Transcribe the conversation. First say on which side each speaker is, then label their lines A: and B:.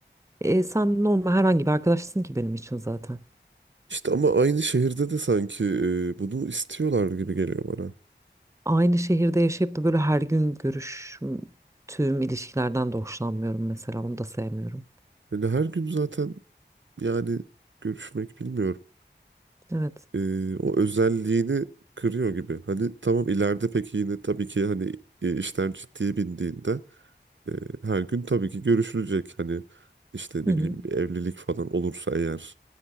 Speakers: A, on the right (about 15°); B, on the right (about 80°).
A: e, sen normal herhangi bir arkadaşsın ki benim için zaten.
B: işte ama aynı şehirde de sanki e, bunu istiyorlar gibi geliyor bana.
A: Aynı şehirde yaşayıp da böyle her gün görüştüğüm ilişkilerden de hoşlanmıyorum mesela onu da sevmiyorum.
B: Yani her gün zaten yani görüşmek bilmiyorum.
A: Evet.
B: E, o özelliğini kırıyor gibi. Hani tamam ileride peki yine tabii ki hani e, işler ciddiye bindiğinde e, her gün tabii ki görüşülecek. Hani işte ne
A: Hı hı.
B: bileyim bir evlilik falan olursa eğer